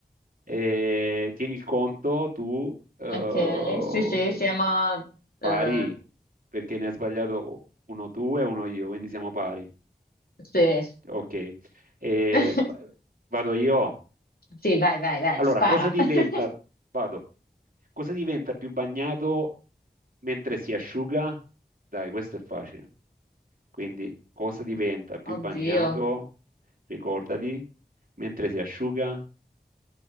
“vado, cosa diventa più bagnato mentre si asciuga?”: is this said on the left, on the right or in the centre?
Right